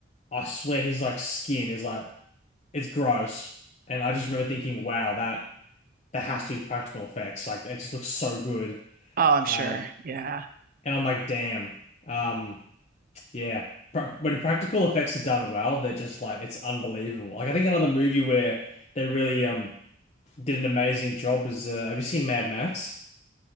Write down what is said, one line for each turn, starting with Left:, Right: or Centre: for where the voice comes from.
Left: I swear his like skin is like it's gross, and I just remember thinking, wow, that that has to be practical effects, like it just looks so good,
Right: Oh, I'm sure.
Left: um,
Right: Yeah.
Left: and I'm like, damn, um. Yeah. Pra when practical effects are done well, they're just like it's unbelievable. Like I think another movie where they really um did an amazing job was uh, have you seen Mad Max?